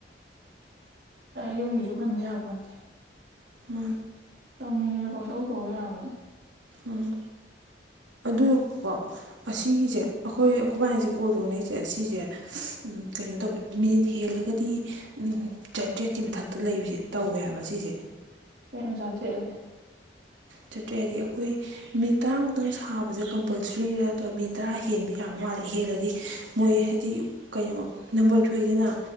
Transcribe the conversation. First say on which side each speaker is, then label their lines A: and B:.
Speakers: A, on the right; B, on the right.
A: ꯌꯨꯝꯒꯤꯁꯨ ꯈꯟꯗꯦ ꯌꯥꯄꯣꯟꯇꯦ
B: ꯃꯥ
A: ꯇꯧꯅꯤꯡꯉꯦꯅ ꯄꯪꯇꯧ ꯇꯧꯕ ꯌꯥꯕ ꯅꯠꯇꯦ
B: ꯎꯝ ꯑꯗꯨ ꯀꯣ ꯑꯁꯤꯒꯤꯁꯦ ꯑꯩꯈꯣꯏ ꯑꯩꯈꯣꯏꯕꯥꯅꯁꯦ ꯀꯣꯜ ꯇꯧꯅꯔꯤꯁꯦ ꯁꯤꯁꯦ ꯀꯩꯅꯣ ꯇꯧꯋꯦ ꯃꯤꯅꯤꯠ ꯍꯦꯜꯂꯒꯗꯤ ꯆꯥꯇ꯭ꯔꯦꯠꯀꯤ ꯃꯊꯛꯇ ꯂꯩꯕꯁꯦ ꯇꯧꯋꯦ ꯍꯥꯏꯕ ꯁꯤ ꯄꯖꯦ
A: ꯑ ꯆꯥꯗ꯭ꯔꯤ ꯑꯗꯨꯒꯦ
B: ꯆꯠꯇ꯭ꯔꯦ ꯍꯥꯏꯗꯤ ꯑꯩꯈꯣꯏ ꯃꯤꯠ ꯇꯔꯥꯃꯨꯛꯇꯪ ꯁꯥꯕꯁꯦ ꯀꯝꯄꯜꯁꯔꯤꯒ ꯅꯠꯇ ꯃꯤꯠ ꯇꯔꯥ ꯍꯦꯟꯕ ꯌꯥꯕ ꯃꯥ ꯍꯦꯜꯂꯗꯤ ꯃꯣꯏ ꯍꯥꯏꯗꯤ ꯀꯩꯅꯣ ꯅꯝꯕꯔ ꯊꯣꯛꯨꯏꯗꯅ